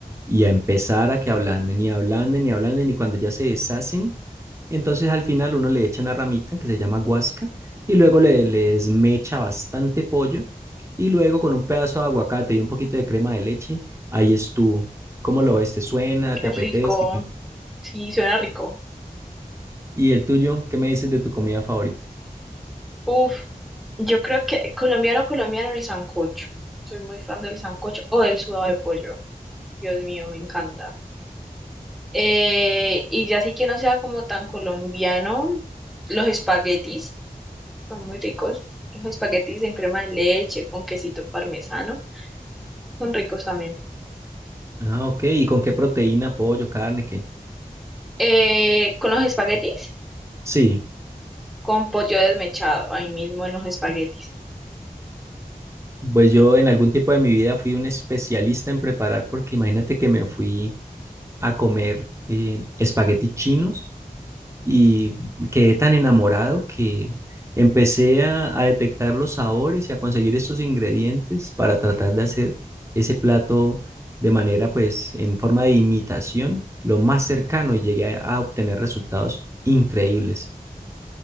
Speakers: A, on the right; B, in the centre.
A: y a empezar a que ablanden y ablanden y ablanden y cuando ya se deshacen, entonces al final uno le echa una ramita que se llama guasca y luego le, le desmecha bastante pollo y luego con un pedazo de aguacate y un poquito de crema de leche, ahí estuvo. ¿Cómo lo ves? ¿Te suena?
B: Qué
A: ¿Te apetece?
B: rico.
A: ¿Qué?
B: Sí, suena rico.
A: ¿Y el tuyo? ¿Qué me dices de tu comida favorita?
B: Uf, yo creo que colombiano, colombiano, el sancocho. Soy muy fan del sancocho o del sudado de pollo. Dios mío, me encanta. Eh, y ya sí que no sea como tan colombiano, los espaguetis son muy ricos. Los espaguetis en crema de leche, con quesito parmesano, son ricos también.
A: Ah, ok. ¿Y con qué proteína? ¿Pollo? ¿Carne? ¿Qué?
B: Eh, con los espaguetis,
A: Sí.
B: con pollo desmechado, ahí mismo en los espaguetis.
A: Pues yo en algún tiempo de mi vida fui un especialista en preparar porque imagínate que me fui a comer eh, espaguetis chinos y quedé tan enamorado que empecé a, a detectar los sabores y a conseguir estos ingredientes para tratar de hacer ese plato de manera pues en forma de imitación lo más cercano y llegué a a obtener resultados increíbles.